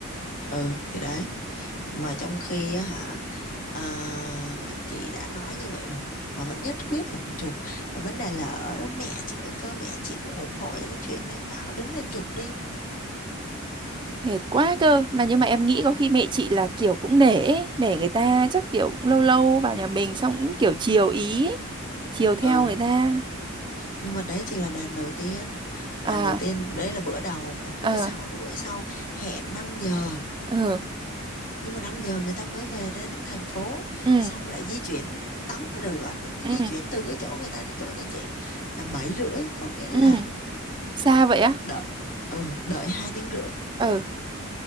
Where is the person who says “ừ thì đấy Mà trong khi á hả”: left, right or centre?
Left